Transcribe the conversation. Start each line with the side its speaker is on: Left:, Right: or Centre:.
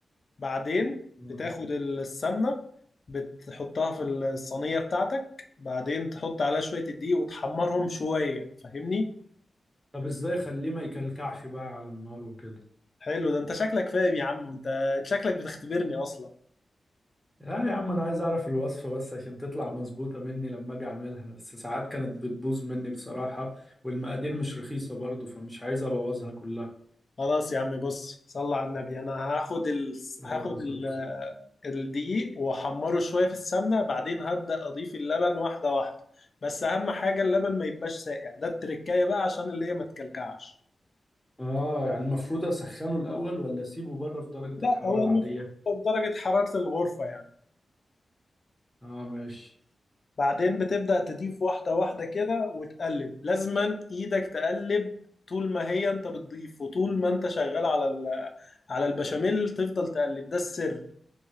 Left: بعدين
Centre: آه.
Left: بتاخد السمنة بتحطها في الصينية بتاعتك بعدين تحط عليها شوية الدقيق وتحمرهم شوية فاهمني؟
Centre: طب ازاي اخليه ما يكلكعش بقى على النار وكده
Left: حلو ده انت شكلك فاهم يا عم وانت شكلك بتختبرني اصلا
Centre: اه يا عم انا عايز اعرف الوصفة بس عشان تطلع مظبوطة مني لما اجي اعملها بس ساعات كانت بتبوظ مني بصراحة والمقادير مش رخيصة برضو فمش عايز ابوظها كلها
Left: خلاص يا عم بص صل على النبي انا هاخد ال...
Centre: لا
Left: هاخد
Centre: والله صدق
Left: ال... الدقيق واحمره شوية في السمنة بعدين هبدأ اضيف اللبن واحدة واحدة بس اهم حاجة اللبن ما يبقاش ساقع ده التركاية بقى عشان اللي هي ما تكلكعش
Centre: اه يعني المفروض اسخنه الاول ولا اسيبه بره في درجة الحرارة
Left: لا هو
Centre: العادية
Left: المفروض درجة حرارة الغرفة يعني
Centre: اه ماشي
Left: بعدين بتبدأ تضيف واحدة واحدة كده وتقلب لازما ايدك تقلب طول ما هي انت بتضيف وطول ما انت شغال على ال- على البشاميل تفضل تقلب ده السر